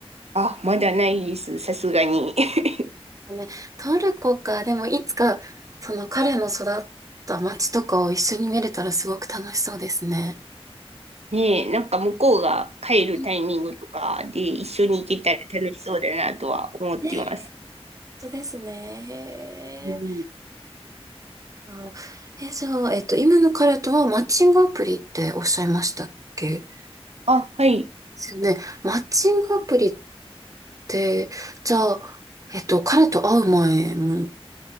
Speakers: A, on the right (about 85°); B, on the right (about 35°).
A: あ、まだないです。さすがに。<laughs>
B: うんね、トルコか、でもいつか、その彼の育った街とかを一緒に見れたらすごく楽しそうですね。
A: ねえ、なんか向こうが帰るタイミングとかで一緒に行けたら楽しそうだなとは思ってます。
B: うんね、そうですね。へー
A: うん、
B: あのえ、じゃあ、えっと、今の彼とはマッチングアプリっておっしゃいましたっけ
A: あ、はい、
B: ですよね。マッチングアプリって、じゃあ、えっと、彼と会う前も